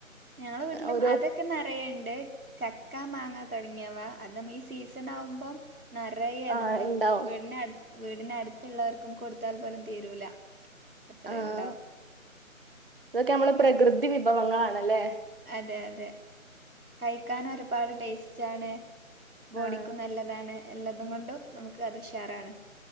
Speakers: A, on the right (about 90°); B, on the right (about 40°).
A: ഞങ്ങള വീട്ട്ലും
B: ഓരോ
A: അതെക് ഒക്കെ നെറയെ ഇണ്ട് ചക്ക മാങ്ങ തൊടങ്ങിയവ അത് അമ്മക്ക് ഈ സീസൺ ആവുമ്പം നറയേ
B: ആ
A: നമ്മള്
B: ഇണ്ടാവും
A: വീടിനട്ത്ത് വീടിന് അട്ത്ത് ഇള്ളോർക്കും കൊടുത്താൽ പോലും തീരൂല അത്രുണ്ടാവും
B: ആ ഇതൊക്കെ ഞമ്മളെ പ്രകൃതി വിഭവങ്ങളാണല്ലേ
A: അതെ അതെ കയിക്കാന് ഒരുപാട് ടേസ്റ്റാണ് ബോഡിക്കും
B: ആഹ്
A: നല്ലതാണ് എല്ലതും കൊണ്ടും നമുക്ക് അത് ഉഷാറാണ്